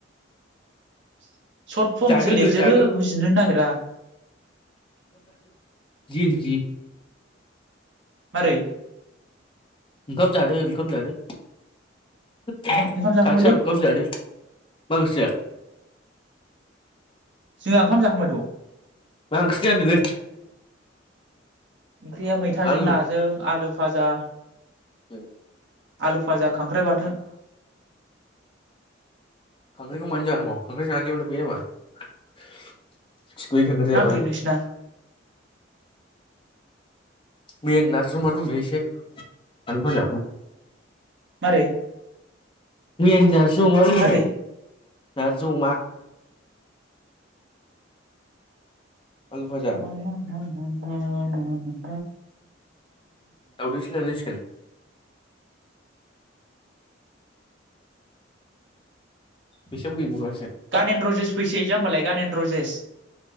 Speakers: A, on the right; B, on the left.
A: <inaudible> सर्ट फर्मसो
B: जादोनो
A: लिरजोबो
B: जादो
A: बुजिनो नागिरा।
B: जिनजि।
A: मारै?
B: ओंखाम जादो ओंखाम जादो। सासेया
A: ओंखाम ओंखाम जाखांबायलै
B: ओंखाम जादो मा ओंख्रि जाया?
A: जोंहा ओंखाम जाखांबायथ'
B: मा ओंख्रि जादोलै?
A: ओंख्रिया मैथाजों
B: आलु
A: नाजों आलु फाजा।
B: उम
A: आलु फाजा खांख्राइ बाथोन।
B: खांख्राइखौ मानो जाख' खांख्राइ जानायाव लुबैयो मा? खिगुयो खांख्राय जाबा।
A: मा ओंख्रि नोंसिना
B: मैयानि नारजि अमा दंलै एसे आलु फाजा आमफाय।
A: मारै?
B: मैयानि जास जौ अमा बेदर।
A: मारै
B: नारजि अमा। आलु भाजा
A: मा मा होम? <unintelligible>
B: दाउदैसो लायनां सिगोन। <inaudible> बेसां बुयो बुगास
A: गानेन्द रजेस फैसै जाम्बालाय गानेन्द। रजेस